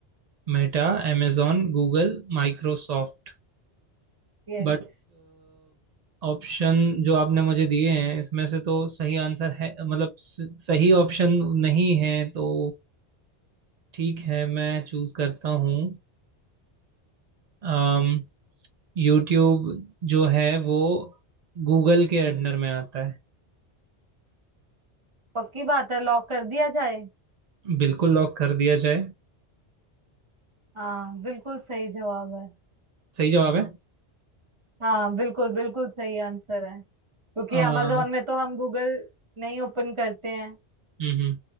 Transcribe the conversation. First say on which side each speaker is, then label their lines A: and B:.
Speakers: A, on the right; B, on the right.
A: Meta amazon Google Microsoft
B: यस
A: But option जो आपने मुझे दिए हैं इसमें से तो सही आंसर है मतलब स- सही ऑप्शन नहीं है तो ठीक है मैं चूज करता हूँ Um, यूट्यूब जो है वो गूगल के अंडर में आता है
B: पक्की बात है लॉक कर दिया जाए
A: बिल्कुल लॉक कर दिया जाए
B: हाँ बिल्कुल सही जवाब है
A: सही जवाब है
B: हाँ बिल्कुल बिल्कुल सही आंसर है क्योंकि
A: अ, हम्म
B: amazon में तो हम गूगल नहीं ओपन करते हैं
A: हम्म,